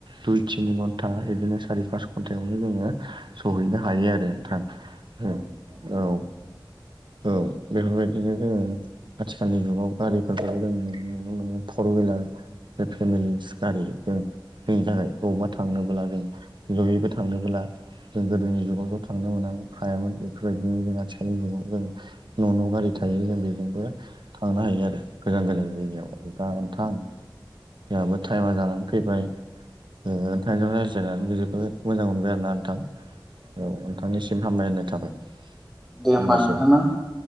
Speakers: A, on the right (about 70°); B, in the centre.
A: दुइ तिन घन्ट ता बिदिनो सारि पास घन्टायावनो जोङो सहैनो हायो आरो नोंथां औ औ। औ बेफोरबायदिनो जोङो आथिखालनि जुगाव गारिफोरखौ जों नुनो मानो फर हुइलार बे फेमिलि गारि जों जोंनि थाखाय बबावबा थांनोबोब्ला जों जयैबो थांनोबोला जों गोदोनि जुगाव ज' थांनो मोनामोन हायामोन बेफोरबायदिनो जों आथिखालनि जुगाव जों न' न' गारि थ थायो जों बेजोंबो थांनो हायो आरो गोजान गोजान जायगायाव दा नोंथां जोंहाबो टाइमा जानानै फैबाय ओ नोंथांजों रायज्लायनानै जोबोद मोजां मोनबाय आरोना नोंथां। औ नोंथांनिसिम हामलायनाय थाबाय।
B: दे होमबा
A: हामबायसै
B: नोंथां ना।